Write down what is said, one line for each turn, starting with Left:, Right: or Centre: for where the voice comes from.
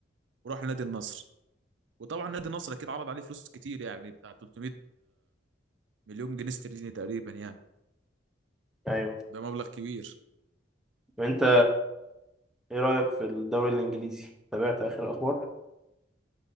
Right: وراح لنادي النصر وطبعا نادي النصر اكيد عرض عليه فلوس كتير يعني بتاع 300 مليون جنيه استرليني تقريبا يعني
Centre: ايوه
Right: ده مبلغ كبير
Centre: وانت ايه رايك في الدوري الانجليزي تابعت اخر اخبار